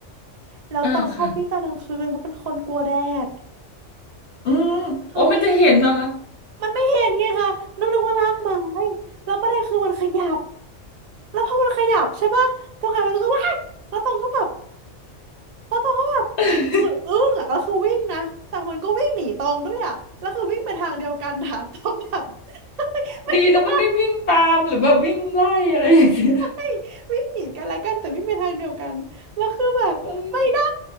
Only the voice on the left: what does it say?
อ่าค่ะ อืมโอ้มันจะเห็นเหรอคะ
<laughs>
ดีนะมันไม่วิ่งตามหรือแบบวิ่งไล่อะไรอย่างเงี้ย
อื